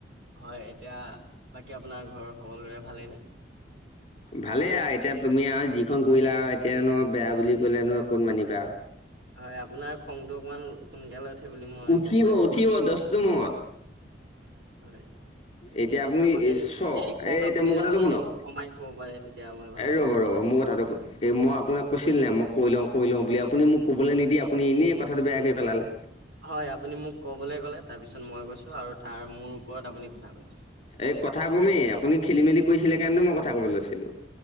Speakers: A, on the right; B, on the left.
A: হয়, এতিয়া বাকী আপোনাৰ ঘৰৰ সকলোৰে ভালেইনে?
B: ভালেই আৰু এতিয়া তুমি আৰু যিখন কৰিলা আৰু এতিয়নো বেয়া বুলি কলেনো অকণ মানিবা।
A: হয়, আপোনাৰ খংটো অকণমান সোনকালে উঠে বুলি মই
B: উঠিব
A: গম পাইছো
B: উঠিব
A: বাৰু এতিয়া।
B: দছটো মত
A: হয়।
B: এতিয়া আপুনি
A: আমাৰ এই,
B: চক
A: এই খং
B: এতিয়া
A: আপুনি
B: মোৰ
A: যদি
B: কথাটো শুনক।
A: কমাই থব পাৰে তেতিয়া মই ভাল
B: এই
A: পাম।
B: ৰ'ব, ৰব মোৰ কথাটো শুন এই মই আপোনাক কৈছিল নাই? মই কৈ লওঁ কৈ লওঁ বুলি, আপুনি মোক ক'বলৈ নিদিয়ে আপুনি এনেই কথাটো বেয়াকৈ পেলালে।
A: হয়, আপুনি মোক কবলৈ কলে তাৰপিছত মই কৈছো আৰু তাৰ মোৰ ওপৰত কথা কৈছে।
B: এই কথা ক'মেই, আপুনি খেলি মেলি কৰিছিলে, সেই কনে মই কথা কব লৈছিলো।